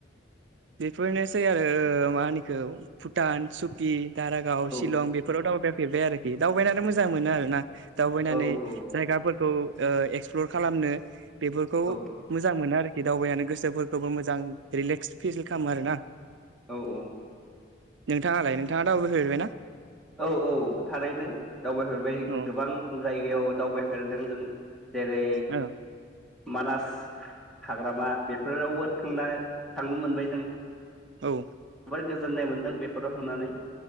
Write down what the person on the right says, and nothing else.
बेफोरनोसै आरो ओ मा होनोखौ भुटान, सुकि दारागाव,
शिलं, बेफोराव दावबाय फेरबाय आरोखि दावबायनानै मोजां मोनो आरोना दावबायनानै
जायगाफोरखौ
ओ एक्सप्लर खालामनो बेफोरखौ
मोजां मोनो आरो बे दावबायनानै गोसोफोरखौबो मोजां रिलेक्स <unintelligible> खालामो आरोना।
नोंथाङालाय नोंथाङा दावबायफेरबायना?
औ
औ
औ।